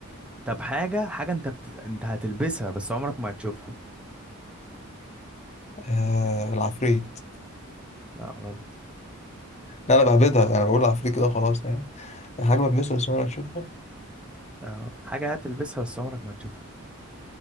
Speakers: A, in the centre; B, on the left (about 30°).
A: طب حاجة حاجة انت بت... انت هتلبسها بس عمرك ما هتشوفها
B: آه العفريت
A: لا غلط
B: لا انا بهبدها انا بقول عفريت كده خلاص يعني حاجه بلمسها بس انا تشوفها
A: اه حاجة هتلبسها بس عمرك ما هتشوفها